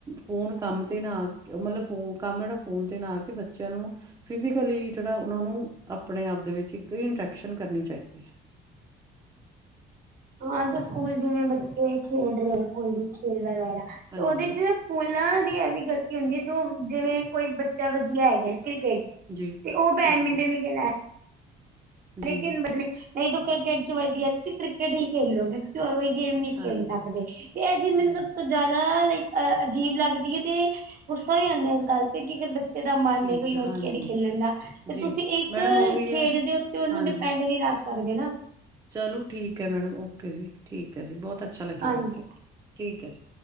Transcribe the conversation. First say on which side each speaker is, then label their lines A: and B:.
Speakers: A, on the right (about 20°); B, on the right (about 55°).
A: ਫੋਨ ਕੰਮ ਤੇ ਨਾ ਆ ਕੇ ਮਤਲਬ ਫੋ ਕੰਮ ਜੜਾ ਫੋਨ ਤੇ ਨਾ ਆ ਕੇ ਬੱ ਆਂ ਨੂੰ ਫਿਜ਼ੀਕਲੀ ਜੜਾ ਓਨਾਂ ਨੂੰ ਆਪਣੇ ਆਪ ਦੇ ਵਿੱਚ ਇੱਕ ਇੰਟ੍ਰੈਕਸ਼ਨ ਕਰਨੀ ਚਾਈਦੀ ਐ।
B: ਹਾਂ ਤੇ ਸਕੂਲ ਜਿਵੇਂ ਬੱਚੇ ਖੇਡ ਰਏ ਕੋਈ ਵੀ ਖੇਲ ਵਗੈਰਾ
A: ਹਾਂਜੀ,
B: ਤੇ ਉਦੇ 'ਚ ਸਕੂਲਾਂ ਦੀ ਐ ਵੀ ਗਲਤੀ ਹੁੰਦੀ ਏ ਜੋ ਜਿਵੇਂ ਕੋਈ ਬੱਚਾ ਵਧੀਆ ਹੈਗੈ ਕ੍ਰਿਕਟ 'ਚ
A: ਜੀ,
B: ਤੇ ਓ ਬੈਡਮਿੰਟਨ
A: ਹਾਂਜੀ,
B: ਵੀ ਖੇਲਾ ਰੈਅ।
A: ਜੀ,
B: ਲੇਕਿਨ ਬ ਨੇ ਨਈ ਤੂੰ ਕ੍ਰਿਕਟ 'ਚ ਵਧੀਐ ਤੁਸੀ ਕ੍ਰਿਕਟ ਹੀ ਖੇਲੋਗੇ। ਤੁਸੀ ਹੋਰ ਕੋਈ ਗੇਮ ਨੀ
A: ਹਾਂਜੀ,
B: ਖੇਡ ਸਕਦੇ ਤੇ ਐ ਚੀਜ ਮੇਨੂੰ
A: ਜੀ,
B: ਸਭ ਤੋਂ ਜਿਆਦਾ ਲਾਈਕ ਅ ਅਜੀਬ ਲੱਗਦੀ ਏ ਤੇ ਗੁੱਸਾ ਵੀ ਆਂਦੈ ਇਸ ਗੱਲ ਤੇ ਕਿ ਅਗਰ ਬੱ ਚੇ ਦਾ ਮਨ
A: ਠੀਕ
B: ਐ ਕੋਈ
A: ਹੈ,
B: ਔਰ
A: ਹਾਂਜੀ,
B: ਖੇਡ ਖੇਲਣ ਦਾ ਤੇ
A: ਜੀ,
B: ਤੁਸੀ ਇੱਕ
A: ਮੈਡਮ ਉਹੀ
B: ਖੇਡ
A: ਹੈ,
B: ਦੇ ਉੱਤੇ ਓਨੂੰ
A: ਹਾਂਜੀ,
B: ਡਿਪੈਂਡ ਤਾਂ ਨੀ ਰੱਖ ਸਕਦੇ ਨਾ
A: ਚਲੋ, ਠੀਕ ਐ ਮੈਡਮ। ਓਕੇ ਜੀ। ਠੀਕ ਐ ਜੀ। ਬੋਤ ਅੱਛਾ ਲੱਗਿਆ
B: ਹਾਂਜੀ।
A: ਗੱਲ ਕਰਕੇ, ਠੀਕ ਐ ਜੀ।